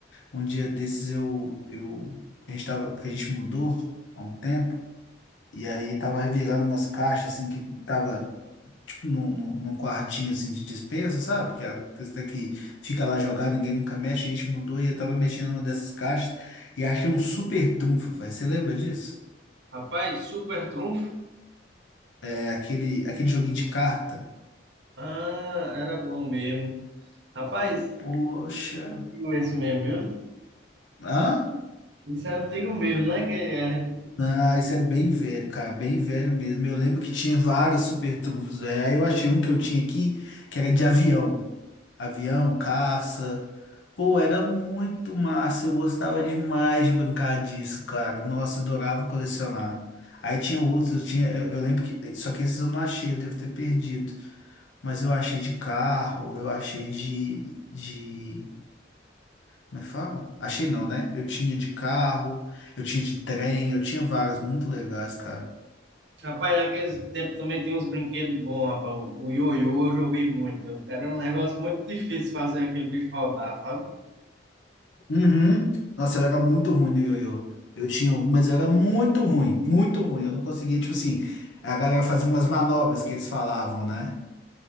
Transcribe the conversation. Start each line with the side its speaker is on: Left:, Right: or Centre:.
Left: um dia desses eu, eu, a gente tava, porque a gente mudou há um tempo, e aí tava revirando umas caixas, assim, que tava, tipo, num, num, num quartinho, assim, de despensa, sabe? Que é a questão é que fica lá jogada, ninguém nunca mexe, a gente mudou e eu tava mexendo numa dessas caixas e achei um super trunfo, velho. Você lembra disso?
Right: Rapaz, super trunfo.
Left: É aquele, aquele joguinho de carta.
Right: Ah, era bom mesmo. Rapaz,
Left: Poxa.
Right: antigo esse mesmo, viu?
Left: Hã?
Right: Isso é antigo mesmo, né? Que a gente...
Left: Ah, isso é bem velho, cara, bem velho mesmo. Eu lembro que tinha vários super trunfos, velho. Aí eu achei um que eu tinha aqui, que era de avião. Avião, caça. Pô, era muito massa. Eu gostava demais de brincar disso, cara. Nossa, adorava colecionar. Aí tinha outros, eu tinha, eu eu lembro que, só que esses eu não achei, eu devo ter perdido. Mas eu achei de carro, eu achei de, de, como é que fala? Achei não, né? Eu tinha de carro, eu tinha de trem, eu tinha vários muito legais, cara.
Right: Rapaz, naquele tempo também tinha uns brinquedos bons, rapaz. O ioiô eu joguei muito. Era um negócio muito difícil fazer aquele bicho rodar, sabe?
Left: Uhum. Nossa, eu era muito ruim no ioiô. Eu tinha um, mas eu era muito ruim, muito ruim. Eu não conseguia, tipo assim, a galera fazia umas manobras que eles falavam, né?